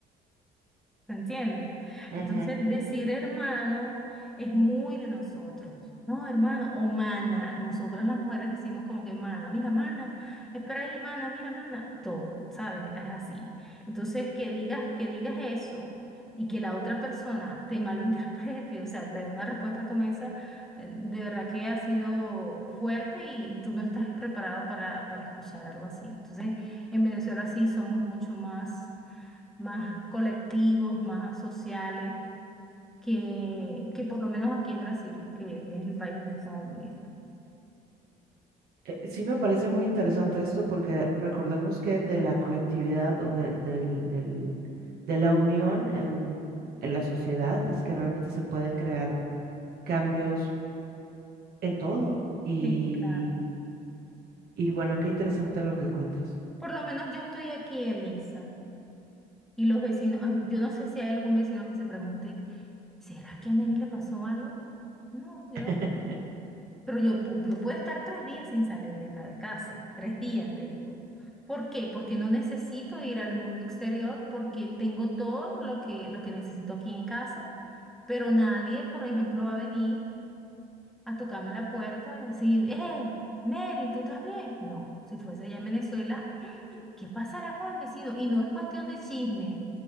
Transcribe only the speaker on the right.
Ujú.
Eh, Sí me parece muy interesante esto porque recordemos que de la colectividad o de, del- del- de la unión en, en la sociedad es que realmente se pueden crear cambios en todo. Y,
y bueno, qué interesante lo que cuentas.
<laughs>